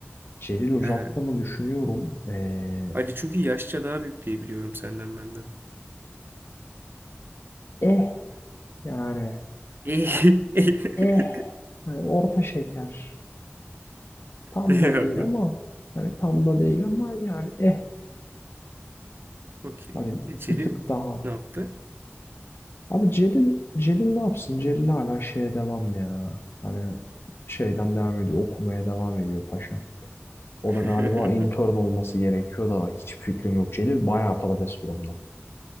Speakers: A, on the left; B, on the right.
A: Celil uzattı
B: He. he.
A: mı düşünüyorum. Ee,
B: Ali çünkü yaşça daha büyük diye biliyorum senden benden.
A: eh yani
B: İyi. <laughs>
A: eh hani orta şeker. Tam
B: Eyvallah.
A: da değil ama hani tam da değil ama yani eh
B: Okey.
A: hani
B: E, Celil
A: bir tık daha.
B: ne yaptı?
A: Abi Celil Celil ne yapsın? Celil hala şeye devam ya. Hani şeyden devam ediyor. Okumaya devam ediyor paşam. O
B: <laughs>
A: da galiba intern olması gerekiyor da hiçbir fikrim yok. Celil bayağı patates durumda.